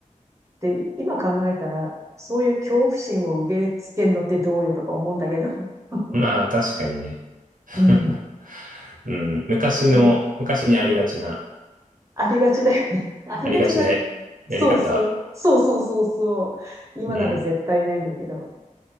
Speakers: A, on the right; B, on the right.
A: で、今考えたら、そういう恐怖心を受け付けるのってどうよとか思うんだけど。<laughs>
B: まあ、確かにね。<laughs>
A: うん。
B: うん。昔の、
A: そう。
B: 昔にありがちな、
A: ありがちだよね。<laughs> ありがちな、
B: ありがちなや、やり方。
A: そうそう。そうそうそうそう。今なら絶対ないんだけど。
B: うん。